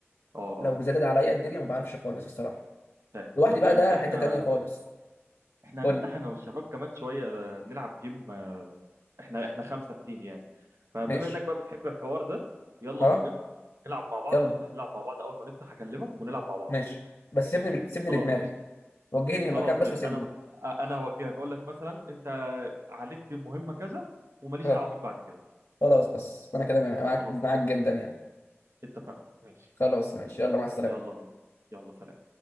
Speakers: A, on the right (about 70°); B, on the left (about 60°).
A: اه اه
B: لو زادت عليا الدنيا ما بعرفش خالص الصراحة
A: فاهم
B: لوحدي
A: طب بقول
B: بقى ده
A: لك إيه، احنا
B: حتة تانية خالص
A: احنا
B: قول
A: هنفتح
B: لي
A: انا والشباب كمان شويه نلعب جيم آه، احنا احنا خمسه في تيم يعني فبما
B: ماشي
A: انك بقى بتحب الحوار ده يلا
B: اه
A: بينا نلعب مع بعض
B: يلا
A: نفتح نلعب مع بعض اول ما نفتح اكلمك ونلعب مع بعض
B: ماشي بس سيبني سيبني
A: خلاص
B: لدماغي
A: قشطه
B: وجهني للمكان
A: خلاص
B: بس
A: ماشي
B: وسيبني
A: انا انا هوجهك اقول لك مثلا انت عليك مهمة كذا وماليش
B: اه
A: دعوة بيك بعد كده
B: خلاص بس انا كده معاك
A: خلاص
B: معاك
A: اتفقنا
B: جدا يعني
A: اتفقنا ماشي
B: خلاص ماشي يلا مع السلامة
A: يلا بينا يلا سلام